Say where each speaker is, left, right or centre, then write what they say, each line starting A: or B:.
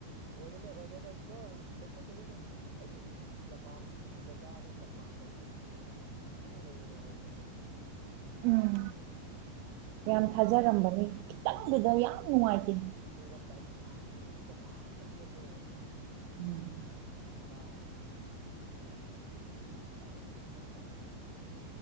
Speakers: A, on the right; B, on the right.
A: ꯑꯣꯏ ꯑꯣꯏꯔꯔꯣꯏ ꯀꯣ ꯑꯣꯏꯔꯔꯣꯏ ꯑꯩꯗꯤ ꯖꯄꯥꯟ ꯁꯤꯃꯤꯒ ꯀꯥꯔꯗꯤ ꯖꯄꯥꯟꯗꯣ ꯑꯩꯗꯤ ꯇꯧꯔꯒꯦꯅ ꯂꯩꯔꯦꯕ ꯈꯪꯕ꯭ꯔ
B: ꯎꯝ ꯌꯥꯝ ꯊꯥꯖꯔꯝꯕꯅꯤ
A: ꯑꯗꯨꯒ
B: ꯈꯤꯇꯪꯗꯨꯗ ꯌꯥꯝ ꯅꯨꯡꯉꯥꯏꯇꯦ
A: ꯂꯣꯏꯔꯝꯗꯥꯏꯗ ꯂꯥꯁ ꯃꯤꯅꯤꯠꯇ ꯂꯥꯁ ꯁꯦꯀꯦꯟꯗ ꯌꯦꯡꯉꯅꯤ
B: ꯎꯝ
A: ꯃꯗꯤꯎꯗꯦ ꯗꯥꯎ ꯌꯥꯝ ꯊꯤꯕ ꯍꯥꯏꯇꯥꯔꯦ ꯃꯣꯏꯗꯣ